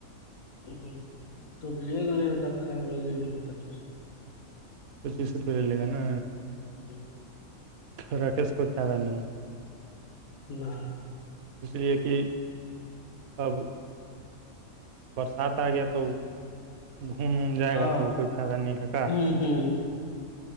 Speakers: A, on the left; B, on the right.
A: ہ توب لے گ لے گا کھائے وا لے لے گا پچیس
B: پچیس روپئے لے لے گا نا
A: جی
B: تھ رااک اس کوئی فائدہ نہیں ہے
A: نہ
B: اس لیے کہ اب برسات آگ تو گھون وون جائے
A: ہاں
B: گا تو کوئی فائدہ نہیں ہو گا
A: ہوں ہوں